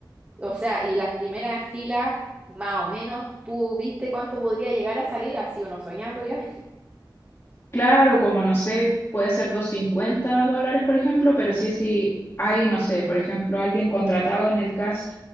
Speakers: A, on the right; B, on the left.
A: O sea, y las primeras filas, más o menos, tú viste cuánto podría llegar a salir, así uno soñando, <laughs> obviamente.
B: Claro, como no sé, puede ser 250 dólares, por ejemplo, pero sí, si hay, no sé, por ejemplo, alguien contratado en el cast